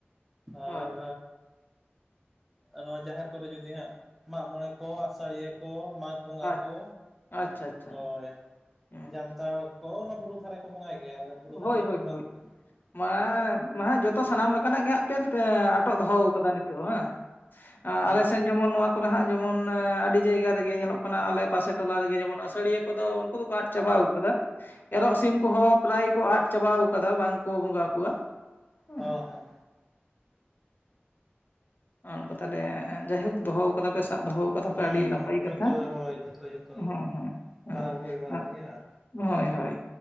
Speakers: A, in the centre; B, on the left (about 50°).
A: ᱟᱨ
B: ᱦᱳᱭ
A: ᱱᱚᱣᱟ ᱡᱟᱦᱮᱨ ᱠᱚᱨᱮ ᱡᱩᱫᱤ ᱦᱟᱸᱜ ᱢᱟᱜ ᱢᱚᱬᱮ ᱠᱚ ᱟᱥᱟᱲᱤᱭᱟᱹ ᱠᱚ ᱢᱟᱜᱽ ᱵᱚᱸᱜᱟ
B: ᱟᱪᱪᱷᱟ
A: ᱠᱚ
B: ᱟᱪᱪᱷᱟ
A: ᱦᱳᱭ
B: ᱦᱩᱸ
A: ᱡᱟᱱᱛᱟᱲ ᱠᱚ ᱚᱱᱟ ᱵᱩᱨᱩ ᱫᱷᱟᱨᱟ ᱠᱚ ᱵᱚᱸᱟᱭ ᱜᱮᱭᱟ ᱟᱞᱮ ᱵᱩᱨᱩ
B: ᱦᱳᱭ
A: ᱫᱷᱟᱨᱮ ᱨᱮᱫᱚ
B: ᱦᱳᱭ
A: ᱵᱟᱝ
B: ᱦᱳᱭ
A: ᱠᱟᱱᱟ
B: ᱢᱟ
A: ᱦᱳᱭ
B: ᱦᱟᱸᱜ ᱡᱚᱛᱚ ᱥᱟᱱᱟᱢ ᱞᱮᱠᱟᱱᱟᱜ ᱜᱮ ᱦᱟᱸᱜ ᱠᱮᱛ ᱟᱴᱚᱜ ᱫᱚᱦᱚ ᱠᱟᱫᱟ ᱱᱤᱛᱚᱜ ᱦᱮᱸ
A: ᱦᱮᱸ
B: ᱟᱞᱮᱥᱱ ᱡᱮᱢᱚᱱ ᱱᱚᱣᱟ ᱠᱚᱨᱮ ᱦᱟᱸᱜ ᱡᱮᱢᱚᱱ ᱟᱹᱰᱤ ᱡᱟᱭᱜᱟ ᱨᱮᱜᱮ ᱧᱮᱞᱚᱜ ᱠᱟᱱᱟ ᱟᱞᱮ ᱯᱟᱥᱮ ᱴᱚᱞᱟ ᱨᱮᱜᱮ ᱡᱮᱢᱚᱱ ᱟᱹᱥᱟᱹᱲᱤᱭᱟᱹ ᱩᱱᱠᱩ ᱫᱚᱠᱚ ᱟᱫ ᱪᱟᱵᱟᱣ ᱠᱟᱫᱟ ᱮᱨᱚᱜ ᱥᱤᱢ ᱠᱚᱦᱚᱸ ᱯᱨᱟᱭ ᱠᱚ ᱟᱫ ᱪᱟᱵᱟᱣ ᱟᱠᱟᱫᱟ ᱵᱟᱝ ᱠᱚ ᱵᱚᱸᱜᱟ ᱠᱚᱣᱟ ᱦᱮᱸ
A: ᱦᱚᱸ ᱦᱚᱸ
B: ᱚᱱᱠᱟ ᱛᱟᱦᱚᱞᱮ ᱡᱟᱭᱦᱳᱠ ᱫᱚᱦᱚ ᱠᱟᱫᱟ ᱯᱮ ᱥᱟᱵ ᱫᱚᱦᱚ ᱠᱟᱫᱟ ᱯᱮ
A: ᱦᱮᱸ
B: ᱟᱹᱰᱤ ᱱᱟᱯᱟᱭ
A: ᱦᱮᱸ
B: ᱠᱟᱛᱷᱟ
A: ᱡᱷᱚᱛᱚ ᱦᱳᱭ ᱡᱷᱚᱛᱚ ᱡᱷᱚᱛᱚ ᱜᱮ
B: ᱦᱮᱸ ᱦᱮᱸ ᱦᱮᱸ
A: ᱯᱟᱨᱟᱵᱽ ᱦᱩᱭ ᱵᱟᱲᱟᱜ
B: ᱟᱸ
A: ᱜᱮᱭᱟ ᱟᱨ
B: ᱦᱳᱭ ᱦᱳᱭ